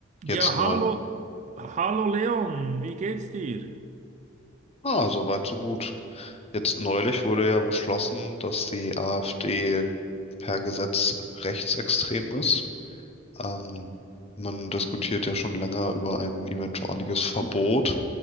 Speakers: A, on the left; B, on the right.
A: Jetzt
B: Ja,
A: neu.
B: hallo, hallo Leon, wie geht's dir?
A: Ah, soweit, so gut. Jetzt neulich wurde ja beschlossen, dass die AfD per Gesetz rechtsextrem ist. Ähm, man diskutiert ja schon länger über ein eventuelles Verbot.